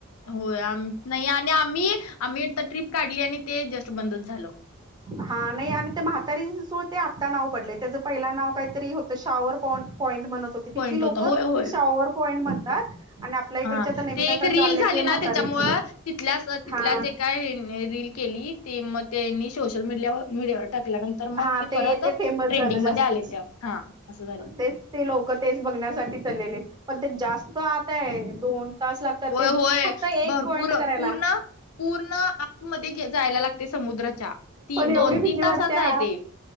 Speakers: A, on the left (about 80°); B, on the right (about 20°).
A: होयं आम्ही नाहीं आणि आम्हीं आम्हीं ट्रिप काढलीं आणि ते जस्टं बंदचं झालो
B: हां नाहीं आणि त्यां म्हातांरीची चूळं ते आत्ता नाव पडलयं. त्याचं पहिला नाव काहीतरी होतं शॉवर पॉईंट म्हणत होत -- तिथली
A: पॉईंट
B: लोक
A: होता होय होय.
B: शॉवर पॉइंट म्हणतात आणि आपल्या इकडचे
A: हा
B: आता नवीन
A: ते
B: आता
A: एक रील
B: जालेत
A: झाली ना
B: म्हातारीच
A: त्याच्यामुळं तिथल्याच तिथल्याच
B: हा
A: एककाय रील केली ती मग त्यांनी सोशल मीडल्यावर मीडियावर टाक ल्यानंतर मग
B: हा
A: ते परत
B: फेमस
A: ट्रेंडिंग
B: झालं
A: मध्ये
B: जास्तच
A: आले ते हा अस झालं.
B: तेच ते लोक तेच बघण्यासाठी चालेले. पण ते जास्त आताय दोन तास लागतात
A: होय
B: ते --
A: होय
B: फक्त एक
A: भरपूर
B: पॉइंट करायला.
A: पूर्ण पूर्ण आतमध्ये जायला लागतयं समुद्राच्या ती
B: पण एवढी
A: दोन
B: भीती
A: तीन तासाचा
B: वाटत्या
A: हाय ते.